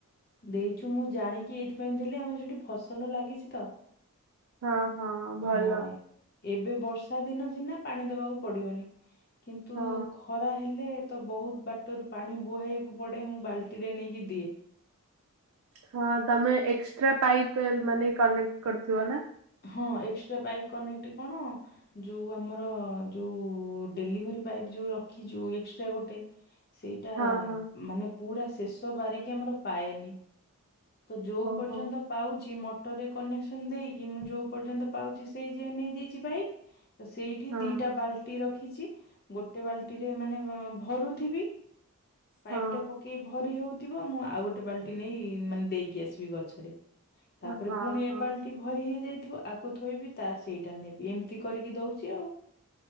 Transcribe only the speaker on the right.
ହଁ ହଁ ଭଲ
ହଁ
ହଁ ତମେ ଏକ୍ସଟ୍ରା ପାଇପ୍ ମାନେ କନେକ୍ଟ କରୁଥିବନା?
ହଁ ହଁ
ହଉ
ହଉ
ହଁ
ହଁ
ହଁ
ହଁ